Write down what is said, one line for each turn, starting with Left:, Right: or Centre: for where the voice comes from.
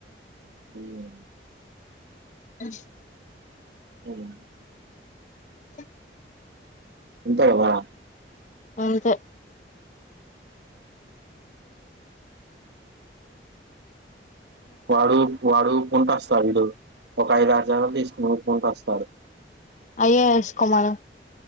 Right: ఉమ్
Left: అ
Right: అవునా
Left: ఉ
Right: ఇంత లేవా
Left: అంతే
Right: వాడు వాడుపుకుంట వస్తాండు ఒక ఐదు ఆరు జతలు తీసుకుని ఊపుకుంట వస్తాడు
Left: అయ్యేస్ కోమను